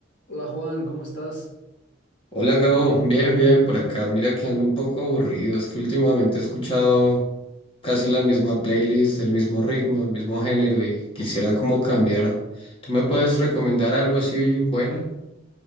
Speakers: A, on the left (about 65°); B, on the left (about 30°).
A: Hola Juan, ¿cómo estás?
B: Hola Gabo, bien, bien, por acá. Mira que ando un poco aburrido. Es que últimamente he escuchado casi la misma playlist, el mismo ritmo, el mismo género y quisiera como cambiar. ¿Tú me puedes recomendar algo así bueno?